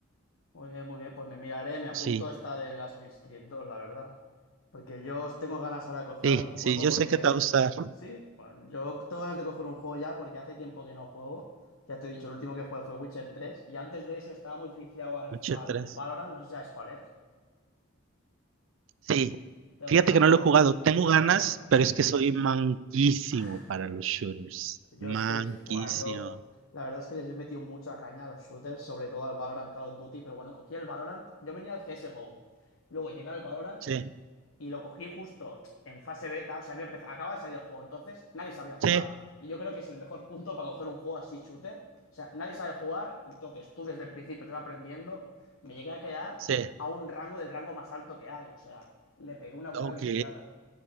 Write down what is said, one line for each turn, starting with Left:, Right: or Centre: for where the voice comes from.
Left: Muy bien, muy bien, pues me miraré, me apunto
Right: Sí,
Left: esta del Assassin's Creed 2, la verdad. Porque yo os tengo ganas ahora de coger
Right: sí,
Left: algún juego
Right: sí, yo
Left: porque...
Right: sé que te va a gustar
Left: Sí, bueno, yo tengo ganas de coger un juego ya porque hace tiempo que no juego. Ya te he dicho, el último que jugué fue Witcher 3 y antes de ese estaba muy viciado
Right: <laughs>
Left: al,
Right: mucho
Left: al
Right: atrás.
Left: Valorant, no sé si sabes cuál es,
Right: Sí,
Left: de ordenador.
Right: fíjate que no lo he jugado. Tengo
Left: No
Right: ganas,
Left: la jugado.
Right: pero es que soy manquísimo
Left: <laughs>
Right: para los shooters.
Left: Yo
Right: Manquísimo.
Left: es que, fua, yo la verdad es que les he metido mucha caña a los shooters, sobre todo al Valorant, Call of Duty, pero cuando cogí el Valorant, yo venía al CSGO, luego llegué al Valorant
Right: Sí,
Left: y lo cogí justo en fase beta, o sea, había empez- acaba de salir el juego, entonces nadie sabía jugar.
Right: sí,
Left: Y yo creo que es el mejor punto para coger un juego así shooter, o sea, nadie sabe jugar, entonces tú desde el principio estás aprendiendo, me llegué a quedar
Right: sí.
Left: a un rango del rango más alto que hay, o sea, le pegué una buena
Right: Ok,
Left: viciada.